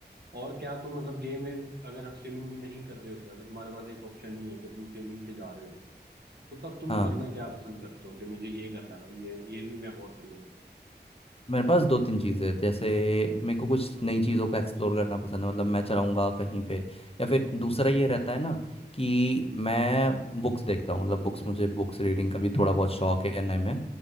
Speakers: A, on the right; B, on the left.
A: और क्या तुम मतलब गेम वेम अगर स्विमिंग भी नहीं कर रहे होते अगर तुम्हारे पास एक ऑप्शन नहीं है कि तुम स्विमिंग पे जा रहे हो तो तब तुम
B: हाँ
A: करना क्या पसंद करते हो कि मुझे ये करना है भाई ये ये भी मैं बहुत बढ़िया करूँ
B: मेरे पास दो तीन चीज़ें हैं जैसे मेरे को कुछ नई चीज़ों को एक्सप्लोर करना पसंद है मतलब मैं चलाऊंगा कहीं पे या फिर दूसरा ये रहता है ना कि मैं बुक्स देखता हूँ मतलब बुक्स मुझे बुक्स रीडिंग का भी थोड़ा बहुत शौक है एनआई में